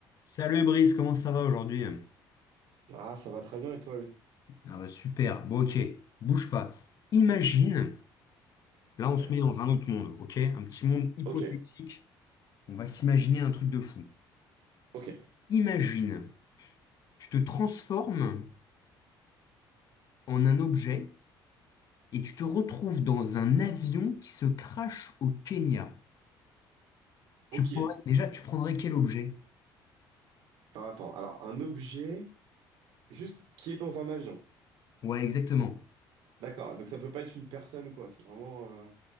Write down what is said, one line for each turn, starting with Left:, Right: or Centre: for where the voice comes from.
Left: Salut Brice, comment ça va aujourd'hui?
Right: Ah, ça va très bien et toi, lui?
Left: Ah bah super, bon ok, bouge pas. Imagine, là on
Right: Ouais.
Left: se met dans un autre monde, ok? Un petit monde hypothétique,
Right: Ok,
Left: on va s'imaginer un truc de fou.
Right: ok,
Left: Imagine, tu te transformes en un objet et tu te retrouves dans un avion qui se crache au Kenya. Tu
Right: ok.
Left: prendrais, déjà, tu prendrais quel objet?
Right: Alors attends, alors un objet juste qui est dans un avion.
Left: Ouais, exactement.
Right: D'accord, donc ça peut pas être une personne ou quoi, c'est vraiment... euh,